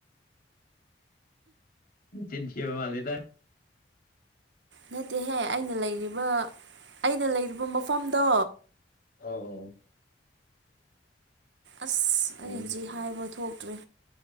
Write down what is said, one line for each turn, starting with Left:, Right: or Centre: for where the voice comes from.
Left: ꯆꯤꯟꯊꯤꯕ ꯃꯥꯜꯂꯤꯗ
Right: ꯅꯠꯇꯦꯍꯦ ꯑꯩꯅ ꯂꯩꯔꯤꯕ ꯑꯩꯅ ꯂꯩꯔꯤꯕ ꯃꯐꯝꯗꯣ
Left: ꯑꯣ
Right: ꯑꯁ
Left: ꯑꯣ
Right: ꯑꯩ
Left: ꯑꯣ
Right: ꯍꯧꯖꯤꯛ ꯍꯥꯏꯕ ꯊꯣꯛꯇ꯭ꯔ‌ꯦ